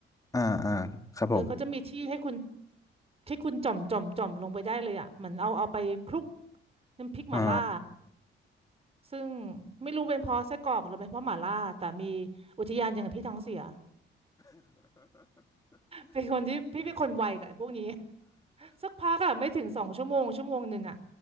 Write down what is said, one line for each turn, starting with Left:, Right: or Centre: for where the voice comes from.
Left: อ่าอ่าครับผม
Right: เออเขาจะมีที่ให้คุณที่คุณจ่อมจ่อมจ่อมลงไปได้เลยอะเหมือนเอาเอาไปคลุกน้ำพริกหม่าล่า
Left: อ๋อ
Right: ซึ่งไม่รู้เป็นเพราะไส้กรอกหรือเป็นเพราะหม่าล่าแต่มีอุทยานอย่างกับพี่ท้องเสียเป็นคนที่พี่เป็นคนไวกับไอ้พวกนี้ <laughs> สักพักอะไม่ถึงสองชั่วโมงชั่วโมงหนึ่งอะ